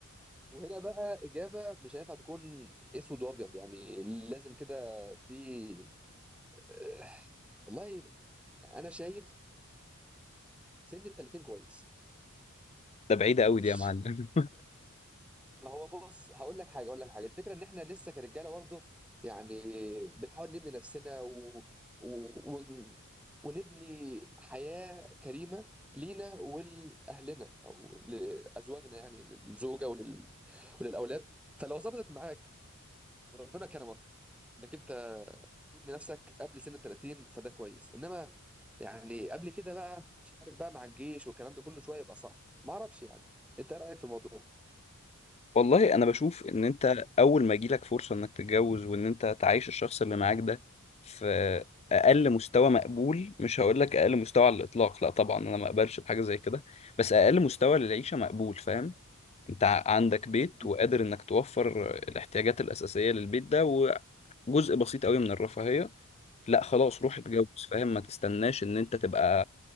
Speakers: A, in the centre; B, on the left (about 30°).
A: وهنا بقى اجابه مش هينفع تكون اسود وابيض يعني لازم كده في آه، والله يعني انا شايف سن ال 30 كويس
B: ده بعيدة قوي
A: مش
B: دي يا معلم
A: ما هو بص هقول لك حاجه اقول لك حاجه الفكره ان احنا لسه كرجاله برضه يعني بنحاول نبني نفسنا و... و... ون... ونبني حياه كريمه لينا ولاهلنا او لازواجنا يعني للزوجه ولل... وللاولاد فلو ظبطت معاك وربنا كرمك انك انت تبني نفسك قبل سن ال 30 فده كويس انما يعني قبل كده بقى مش عارف بقى مع الجيش والكلام ده كله شويه يبقى صعب ما اعرفش يعني انت ايه رايك في الموضوع؟
B: <laughs> والله انا بشوف ان انت اول ما يجيلك فرصة انك تتجوز وان انت تعيش الشخص اللي معاك ده في اقل مستوى مقبول مش هقول لك اقل مستوى على الاطلاق لا طبعا انا ما اقبلش بحاجة زي كده بس اقل مستوى للعيشة مقبول فاهم انت ع- عندك بيت
A: مم.
B: وقادر انك توفر الاحتياجات الاساسيه للبيت ده وجزء بسيط قوي من الرفاهيه لا خلاص روح اتجوز فاهم ما تستناش ان انت تبقى